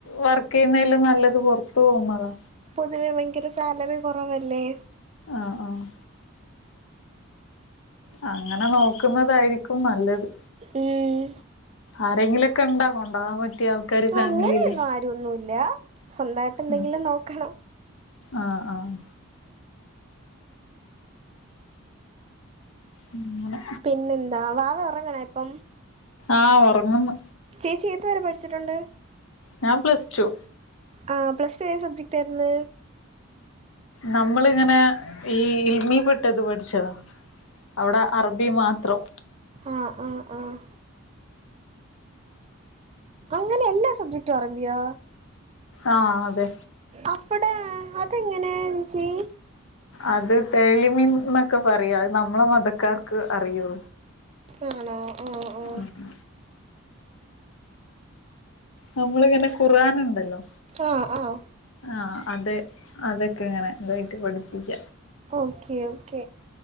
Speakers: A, on the left (about 65°); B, on the right (about 30°).
A: വർക്കീയ്യുന്നയിലും നല്ലത് പുറത്തു പോകുന്നതാ
B: പൊതുവെ ഭയങ്കര സാലറി കൊറവല്ലേ
A: ആഹ് ആഹ് അങ്ങനെ നോക്കുന്നതായിരിക്കും നല്ലത്
B: ഉം
A: ആരെങ്കിലൊക്കണ്ട കൊണ്ടാവ പറ്റിയ ആൾക്കാര് ഫാമിലിയില്
B: അങ്ങനെന്നും ആരും ഒന്നുല്ല സ്വന്തായിട്ടെന്തെങ്കിലും
A: ഉം
B: നോക്കണം
A: ആഹ് ആഹ് ഉം ഇങ്ങന
B: പിന്നെന്താ വാവ ഒറങ്ങണൊ ഇപ്പം
A: ആഹ് ഒറങ്ങ്ന്ന്
B: ചേച്ചീ ഏത് വരെ പഠിച്ചിട്ടുണ്ട്
A: ഞാൻ പ്ലസ്റ്റു
B: ആഹ് പ്ലസ്ടു ഏത് സബ്ജക്റ്റായിര്ന്ന്
A: നമ്മളിങ്ങനേ ഈ ഇൽമീ പ്ട്ടത് പഠ്ച്ചതാ അവടെ അറബീ മാത്രം
B: ആഹ് ആഹ് ആഹ് അങ്ങനെ എല്ലാ സബ്ജ റ്റൊറങ്ങിയോ?
A: ആഹ് അതെ
B: അവ്വടെ അതെങ്ങനേ ച്ചീ
A: അത് തെളിമീൻ ന്നൊക്ക പറയും അത് നമ്മളെ മതക്കാർക്ക് അറിയു
B: ആണൊ ആഹ് ആഹ്
A: ഉം ഉം നമ്മള്ങ്ങന ഖുആൻ ഇണ്ടല്ലൊ
B: ആഹ് ആഹ്
A: ആഹ് അതെ അതെക്കങ്ങന ഇതായ്ട്ട് പഠിപ്പിക്ക.
B: ഓക്കേ ഓക്കേ